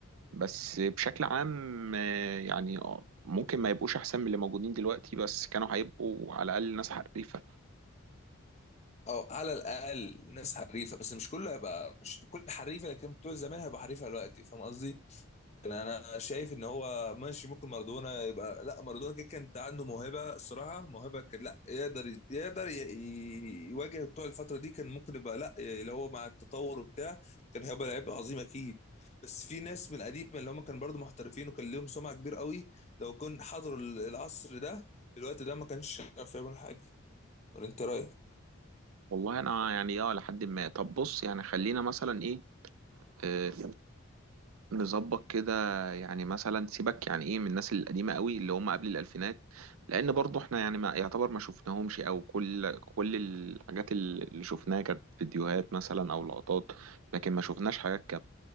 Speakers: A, on the right (about 75°); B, on the left (about 30°).
A: بس بشكل عام آه، يعني آه، ممكن ما يبقوش احسن من اللي موجودين دلوقتي بس كانوا هيبقوا على الاقل ناس حريفه
B: او على الاقل ناس حريفه بس مش كله هيبقى مش كل حريفه لكن بتوع زمان هيبقى حريفه دلوقتي فاهم قصدي انا انا شايف ان هو ماشي ممكن مارادونا يبقى لا مارادونا كده كانت عنده موهبه الصراحه موهبه كان لا يقدر يقدر ي- ي- يواجه بتوع الفتره دي كان ممكن يبقى لا اللي هو مع التطور وبتاع كان هيبقى لعيب عظيم اكيد بس في ناس من القديمه اللي هم كانوا برضو محترفين وكان لهم سمعه كبيره قوي لو كان حضروا ال- العصر ده في الوقت ده ما كانش عارف يعمل حاجه ولا انت رايك
A: والله انا يعني اه لحد ما طب بص يعني خلينا مثلا ايه آه، نظبط كده يعني مثلا سيبك يعني ايه من الناس القديمه قوي اللي هم قبل الالفينات لان برضو احنا يعني ما يعتبر ما شفناهمش او كل كل الحاجات اللي شفناها كانت فيديوهات مثلا او لقطات لكن ما شفناش حاجات